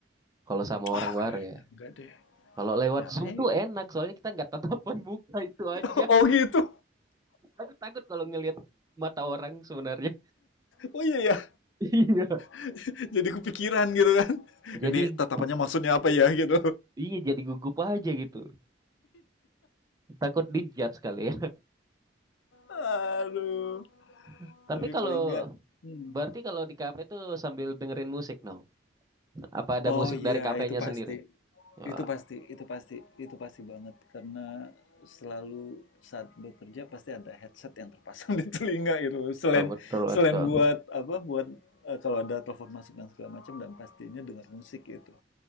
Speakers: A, on the right; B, on the left.
A: Kalau sama
B: Ah,
A: orang baru
B: kayaknya
A: ya.
B: enggak deh.
A: Kalau lewat
B: Nyatanya
A: Zoom tuh enak, soalnya kita nggak tatapan <laughs> muka itu aja.
B: <laughs> Oh gitu.
A: Aku takut kalau ngelihat mata orang sebenarnya.
B: Oh iya ya.
A: <laughs> Iya.
B: <laughs> Jadi kepikiran gitu kan.
A: Jadi
B: Ini tatapannya maksudnya apa ya gitu.
A: iya jadi gugup aja gitu. Takut dijudge kali ya.
B: Aduh,
A: <laughs> Tapi
B: tapi
A: kalau
B: paling enggak. Hmm.
A: berarti kalau di kafe tuh sambil dengerin musik dong. No? Apa ada
B: Oh
A: musik
B: iya,
A: dari kafenya
B: itu pasti.
A: sendiri? Ya,
B: Itu pasti, itu pasti, itu pasti banget karena selalu saat bekerja pasti ada headset yang terpasang <laughs> di telinga gitu. Selain
A: oh, betul
B: selain
A: betul.
B: buat apa? Buat eh, kalau ada telepon masuk dan segala macam dan pastinya dengar musik gitu.